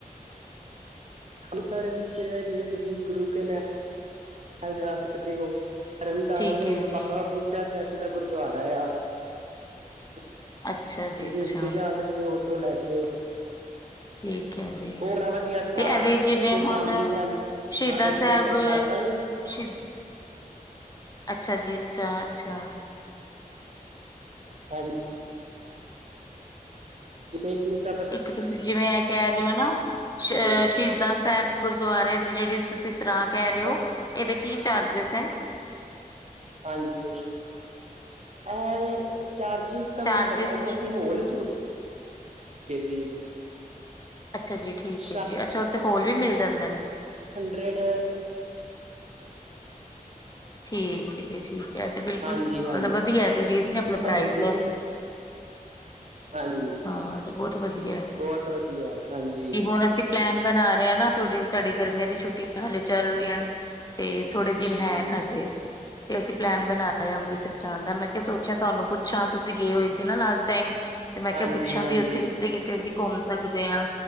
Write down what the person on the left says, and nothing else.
ਠੀਕ ਹੈ
ਜੀ
ਅੱਛਾ ਜੀ ਅੱਛਾ
ਠੀਕ ਹੈ ਜੀ,
ਤੇ ਇਹਦੇ ਜਿਵੇਂ
ਹੁਣ
ਸ਼ਹੀਦਾ
ਸਾਹਿਬ,
ਸ਼ ਅੱਛਾ ਜੀ, ਅੱਛਾ -ਅੱਛਾ।
ਇੱਕ ਤੁਸੀਂ ਜਿਵੇਂ ਇਹ ਕਹਿ ਰਹੇ ਹੋ ਨਾ
ਸ਼ਹੀਦਾਂ ਸਾਹਿਬ ਗੁਰਦੁਆਰੇ ਦੀ ਜਿਹੜੀ। ਤੁਸੀਂ ਸਰਾਂ ਕਹਿ ਰਹੇ
ਹੋ ਇਹਦੇ ਕੀ ਚਾਰਜਿਸ ਏ?
ਚਾਰਜਿਸ
ਕੀ
ਅੱਛਾ ਜੀ, ਠੀਕ
ਹੈ ਜੀ, ਅੱਛਾ ਉੱਥੇ ਹੋਰ ਵੀ ਮਿਲ ਜਾਂਦੇ ਨੇ।
ਠੀਕ ਐ ਜੀ ਠੀਕ ਐ ਤੇ ਬਿਲਕੁਲ
ਮਤਲਬ
ਵਦੀਐ ਤੇ ਰੀਜਨੇਬਲ
ਪ੍ਰਾਈਜ਼
ਐ।
ਹਾਂ ਤੇ ਬਹੁਤ ਵਧੀਆ
ਕਿ ਹੁਣ ਅਸੀਂ ਪਲੈਨ ਬਨਾ ਰਏਂ ਆਂ ਨਾ ਥੋੜੀ ਜੀ ਸਾਡੀ ਗਰਮੀਆਂ ਦੀ ਛੁੱਟੀਆਂ ਹਲੇ ਚੱਲ ਰਈਆਂ ਨੇ ਤੇ ਥੋੜੇ ਦਿਨ
ਹੈਨ ਹਜੇ, ਤੇ ਅਸੀਂ ਪਲੈਨ ਬਨਾ ਰਏਂ ਆਂ ਅੰਮ੍ਰਿਤਸਰ ਜਾਨ ਦਾ ਮੈਂ ਕਿਆ ਸੋਚ ਅੱਛਾ ਤਾਨੂੰ ਪੁੱਛਾਂ ਤੁਸੀਂ ਗਏ ਹੋਏ ਸੀ ਨਾ ਲਾਸਟ ਟਾਈਮ, ਤੇ ਮੈਂ ਕਿਆ
ਪੁੱਛਾਂ
ਵੀ ਓਥੇ ਕਿੱਥੇ-ਕਿੱਥੇ ਸੀ ਘੁੰਮ ਸਕਦੇ ਆਂ,